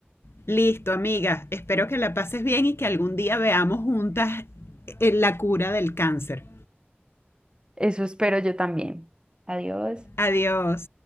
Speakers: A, on the left; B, on the right.
A: Listo, amiga, espero que la pases bien y que algún día veamos juntas eh, la cura del cáncer.
B: Eso espero yo también. Adiós.
A: Adiós.